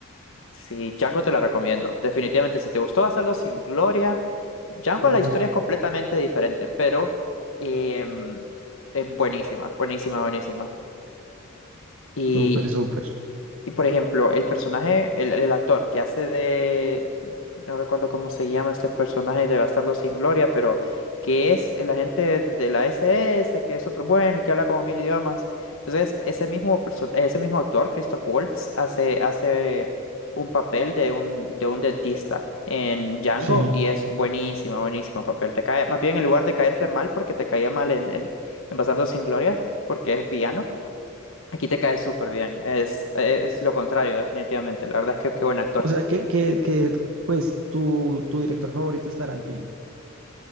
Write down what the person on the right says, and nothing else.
Me va
a
gustar.
Súper, súper.
Sí.
O sea que, que, que pues tu, tu director favorito es Tarantino.